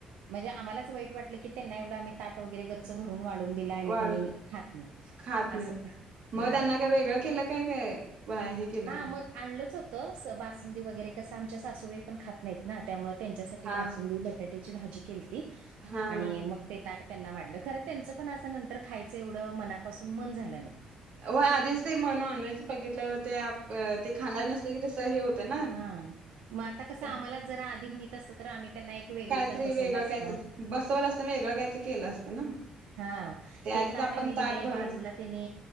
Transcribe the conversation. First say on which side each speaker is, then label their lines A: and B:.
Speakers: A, on the right (about 85°); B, on the right (about 55°).
A: म्हणजे आम्हालाच वाईट वाटल की, त्यांना एवढं आम्ही ताट वगैरे गच्च भरून वाढून दिलं आणि
B: वाढ
A: त्यांनी खात नाही
B: खात नाहीत
A: असं.
B: मग
A: या
B: त्यांना
A: ह्याने.
B: काय वेगळं केलं काय, काय काय हे केलं
A: हां,
B: मग
A: मग आणलंच होत बासुंदी वगैरे, कसं आमच्या सासूबाई पण खात नाहीत ना त्यामुळ त्यांच्यासाठी
B: हा
A: बासुंदी,
B: हा
A: बटाट्याची भाजी केलती
B: हा
A: आणि
B: हा
A: मग ते ताट त्यांना वाढलं, खरं त्यांच पण अस नंतर खायचं एवढं मनापासून मन झालं नाही.
B: हो आधीच ते म नॉनव्हेज बघितले होते, आप अ ते खाणार नसले की तस हे होतं ना.
A: हा मग आता कसं
B: त्या
A: आम्हाला जरा आधी माहित असत तर आम्ही त्यांना एक वेगळीकडे
B: काहीतरी
A: बसवलं
B: वेगळ
A: असतं.
B: काहीतरी, बसवलं असत वेगळं काहीतरी केलं असतं ना.
A: हा
B: ते आधीच
A: हे ताट
B: आपण
A: आम्ही दिले
B: भरून
A: बाजूला त्यांनी